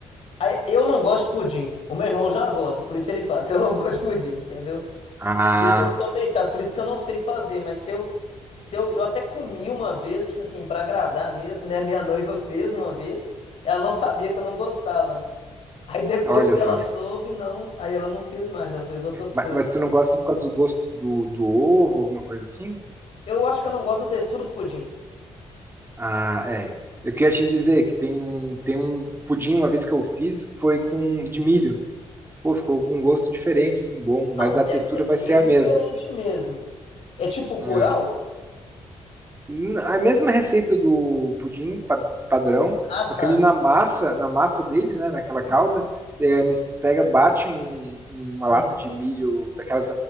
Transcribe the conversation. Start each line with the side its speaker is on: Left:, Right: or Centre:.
Left: Aí, Eu não gosto de pudim. O meu irmão já gosta, por isso ele faz. Eu não <laughs> gosto de pudim, entendeu?
Right: Ah,
Left: Isso eu sou meio chato, por isso que eu não sei fazer. Mas se eu, se eu, eu até comi uma vez, tipo assim, pra agradar mesmo, né? Minha noiva fez uma vez. Ela não sabia que eu não gostava, né? Aí depois
Right: olha
Left: que
Right: só.
Left: ela soube, não. Aí ela não fez mais, ela fez outras
Right: Mas,
Left: coisas.
Right: mas tu não gosta por causa do gosto do, do ovo, alguma coisa assim?
Left: Eu acho que eu não gosto da textura do pudim.
Right: Ah, é. Eu queria te dizer que tem um, tem um pudim, uma vez que eu fiz, foi com de milho. Pô, ficou com um gosto diferente, sim, bom, mas
Left: Não,
Right: a
Left: deve
Right: textura
Left: ser bem
Right: vai ser a
Left: diferente
Right: mesma.
Left: mesmo. É tipo curau?
Right: É. N- A mesma receita do pudim pa- padrão,
Left: Ah,
Right: só
Left: tá.
Right: que ele na massa, na massa dele, né, naquela calda, é, mis- pega, bate um- uma
Left: Um
Right: lata
Left: milho.
Right: de milho, daquelas,